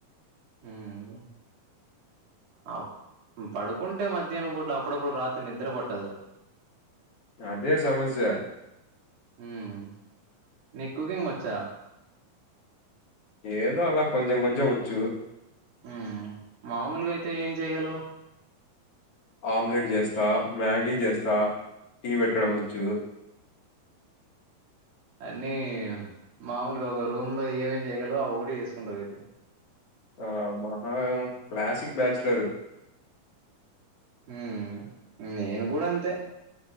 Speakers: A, on the right (about 85°); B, on the left (about 60°).
A: ఉ ఆ పడుకుంటే మధ్యాహ్నం పూట్ల అప్పుడప్పుడు రాత్రి నిద్ర పట్టదు.
B: అదే సమస్య
A: హ్మ్. నీకు కుకింగ్ వచ్చా
B: ఏదో అలా కొంచం కొంచం వచ్చు
A: ఉ మామూలుగా అయితే ఏం చేయగలవు
B: ఆమ్లెట్ చేస్తా మ్యాగీ చేస్తా టీ పెట్టడం వచ్చు
A: అన్నీ మామూలుగా ఒక రూమ్ లో ఏమేమి చేయగలరో అవోకటి చేసుకుంటావు అయితే.
B: ఆ మహా క్లాసిక్ బ్యాచలరు
A: ఉ నేను కూడా అంతే